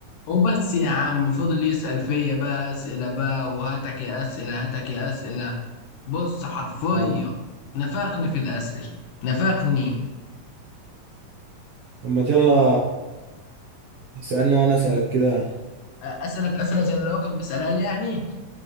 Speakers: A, on the left (about 75°); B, on the right (about 60°).
A: وبس يا عم فضل يسأل فيا بقى أسئلة بقى وهاتك يا أسئلة هاتك يا أسئلة بص حرفيا
B: اه
A: نفخني في الأسئلة نفخني
B: طب ما يلا اسألني وانا اسألك كده
A: أ- أسألك أسئلة زي اللي هو كان بيسألها لي يعني